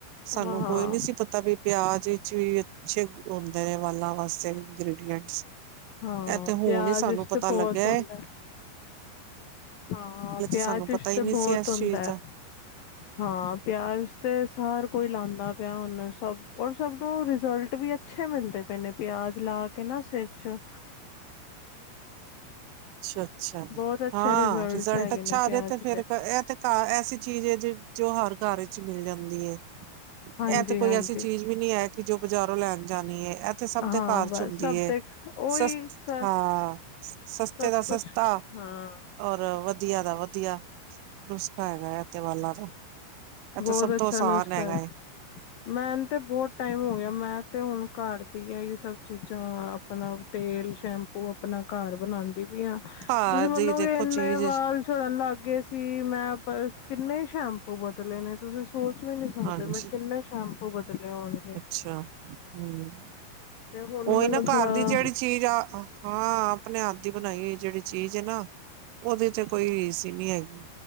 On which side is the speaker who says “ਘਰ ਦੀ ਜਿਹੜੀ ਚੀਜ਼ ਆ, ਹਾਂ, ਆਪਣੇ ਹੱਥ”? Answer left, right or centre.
Right